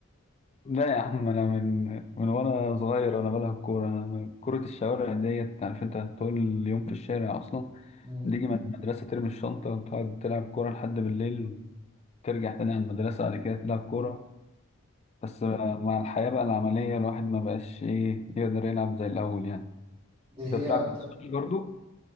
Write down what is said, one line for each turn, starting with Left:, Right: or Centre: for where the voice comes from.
Left: لا يا عم انا من من وانا صغير وانا بلعب كوره أنا كره الشوارع ديت عارف انت طول اليوم في الشارع اصلا
Right: <laughs> مم.
Left: تيجي من المدرسه ترمي الشنطه وتقعد تلعب كوره لحد بالليل ترجع تاني على المدرسه بعد كده تلعب كوره بس مع الحياه بقى العمليه الواحد ما بقاش ايه يقدر يلعب زي الاول يعني
Right: دي
Left: انت
Right: هي
Left: بتلعب
Right: أكتر
Left: برضه